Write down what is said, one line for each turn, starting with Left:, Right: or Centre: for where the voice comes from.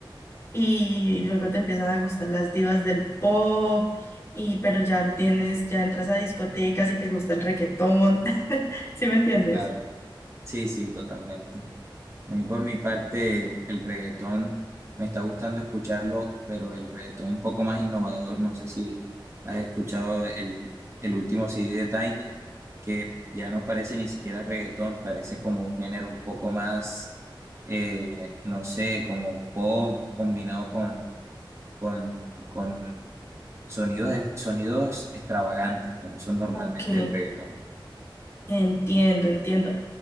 Left: y luego te empiezan a gustar las divas del pop, y pero ya lo tienes, ya entras a discotecas y te gusta el reggaetón, <laughs> ¿sí me entiendes?
Right: claro, sí, sí, totalmente. A mí por mi parte, el reggaetón me está gustando escucharlo, pero el reggaetón un poco más innovador. No sé si has escuchado el, el último CD de Tiny, que ya no parece ni siquiera reggaetón, parece como un género un poco más, eh, no sé, como pop combinado con, con, con sonidos, sonidos extravagantes que no son normalmente
Left: Ok,
Right: del reggaetón.
Left: entiendo, entiendo.